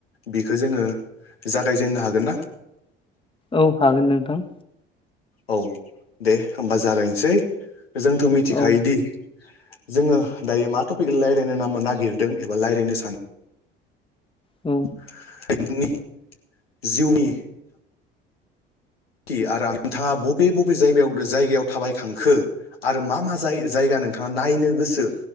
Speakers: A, on the left; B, on the left.
A: बेखो जोङो जागायजेननो हागोन ना?
B: औ हागोन नोंथां।
A: औ दे होमबा जागायनोसै। जोंथ' मिथिखायोदि
B: औ
A: जोङो दायो मा टपिक रायलायनो ना-नागिरदों एबा रायलायनो सान
B: औ।
A: <unintelligible> जिउनि <unintelligible> आरो आं नोंथाङा बबे बबे जायगायाव जायगायाव थाबायखांखो आरो मा मा जाय-जायगा नोंथाङा नायनो गोसो